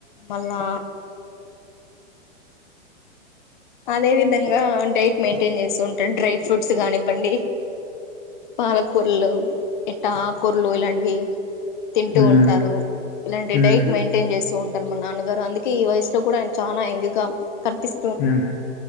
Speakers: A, on the left; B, on the left.
A: మల్ నా అదే విధంగా డైట్ మెయింటైన్ చేస్తూ ఉంటడు డ్రై ఫ్రూట్స్ కానివ్వండి పాలకూర్లు ఎట్ట ఆకూర్లు ఇలాంటివి తింటూ
B: హ్మ్.
A: ఉంటారు ఇలాంటి
B: హ్మ్.
A: డైట్ మెయింటైన్ చేస్తూ ఉం టర్ మ నాన్నగారు అందుకే ఈ వయసులో కూడా ఆయన చానా ఎంగ్ గా కనిపిస్
B: మ్